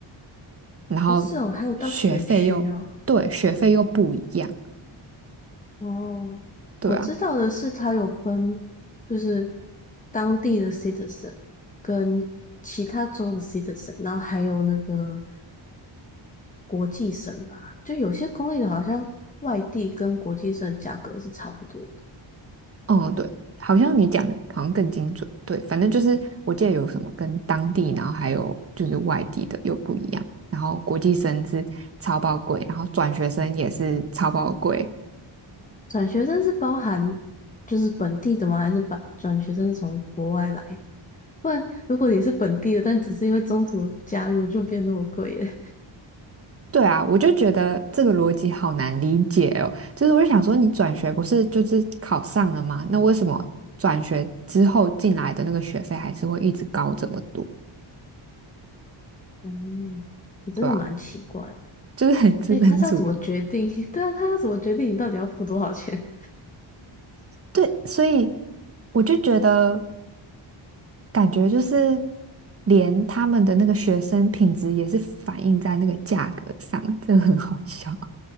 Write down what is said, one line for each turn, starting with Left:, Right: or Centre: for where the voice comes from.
Right: 然后学费又对，
Left: 不是哦，还有到学区哦。
Right: 学费又不一样。
Left: 哦，
Right: 对啊，
Left: 我知道的是，它有分，就是当地的 citizen 跟其他州的 citizen，然后还有那个国际生吧。就有些公立的，好像外地跟国际生价格是差不多的。
Right: 哦对，好像你讲的好像更精准。对，反正就是我记得有什么跟当地，然后还有就是外地的又不一样。然后国际生是超爆贵，然后转学生也是超爆贵，
Left: 转学生是包含就是本地的吗？还是把转学生是从国外来的？不然如果你是本地的，但只是因为中途加入，就变那么贵了。
Right: 对啊，我就觉得这个逻辑好难理解哦。就是我就想说，你转学不是就是考上了吗？那为什么转学之后进来的那个学费还是会一直高这么多？
Left: 嗯，你真的蛮奇怪。
Right: 对吧？<laughs> 就是很资本主义。
Left: 哎，他是要怎么决定？<laughs> 对啊，他要怎么决定你到底要付多少钱？
Right: 对，所以我就觉得感觉就是连他们的那个学生品质也是反映在那个价格上，真的很好笑。